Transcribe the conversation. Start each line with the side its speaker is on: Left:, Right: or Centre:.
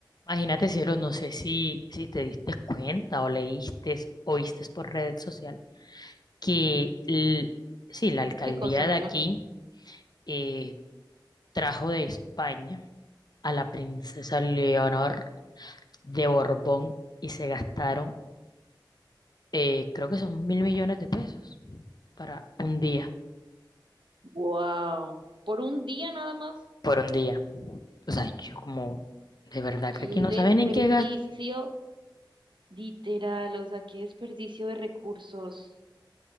Left: Imagínate, cielo, no sé si, si te diste cuenta o leíste o viste por red social que l- sí, la alcaldía
Right: ¿Qué cosa, mi
Left: de
Right: amor?
Left: aquí eh, trajo de España a la princesa Leonor de Borbón y se gastaron, eh, creo que son mil millones de pesos para un día,
Right: Wow, por un día nada más.
Left: por un día. O sea, yo como, de verdad
Right: Qué
Left: que aquí no
Right: desperdicio,
Left: saben en qué gastan,
Right: literal, o sea, qué desperdicio de recursos.